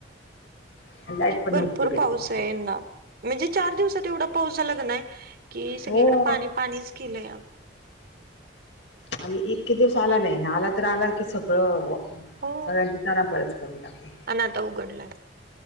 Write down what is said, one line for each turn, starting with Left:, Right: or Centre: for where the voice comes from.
Left: आणि लाईट पण
Right: भरपूर
Left: नव्हती तिकडे
Right: पाऊस आहे येन्ना. म्हणजे चार दिवसात एवढा पाऊस झाला नाही की सगळीकडे
Left: हो.
Right: पाणी पाणीच केलंय.
Left: आणि इतके दिवस आला नाही ना आला तर आला की सगळं
Right: हो
Left: सगळ्यांची चारांपच करून टाकली.
Right: आणि आता उघडलंय